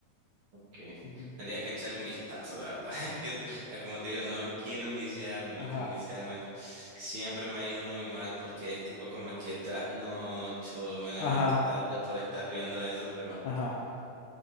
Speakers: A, on the right; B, on the left.
A: ok.
B: Ujú,
A: Tendría que echarle un vistazo, la verdad. <laughs> Es que,
B: Sí.
A: ah, como te digo, no quiero enviciarme, no
B: Ajá.
A: quiero enviciarme. Siempre me ha ido muy mal porque es tipo como que trasnocho, me levanto
B: Ajá.
A: tarde por estar viendo eso, pero,
B: Ajá.